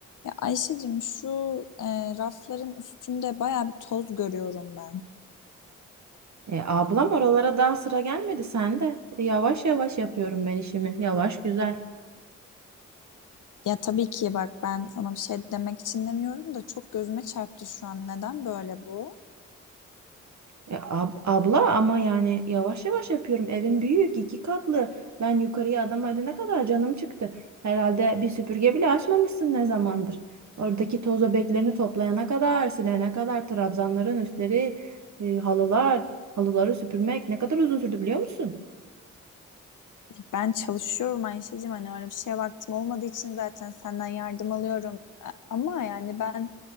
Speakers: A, on the left; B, on the right.
A: Ya Ayşe'cim şu e, rafların üstünde baya bir toz görüyorum ben.
B: E, ablam oralara daha sıra gelmedi sende. E, yavaş yavaş yapıyorum ben işimi. Yavaş güzel.
A: Ya tabii ki bak ben sana bir şey demek için demiyorum da çok gözüme çarptı şu an. Neden böyle bu?
B: E, ab- abla ama yani yavaş yavaş yapıyorum. Evin büyük, iki katlı. Ben yukarıya adam ne kadar canım çıktı. Herhalde bir süpürge bile açmamışsın ne zamandır. Oradaki toz öbeklerini toplayana kadar, silene kadar trabzanların üstleri, e, halılar, halıları süpürmek ne kadar uzun sürdü biliyor musun?
A: Ben çalışıyorum Ayşe'cim hani öyle bir şeye vaktim olmadığı için zaten senden yardım alıyorum. A- Ama yani ben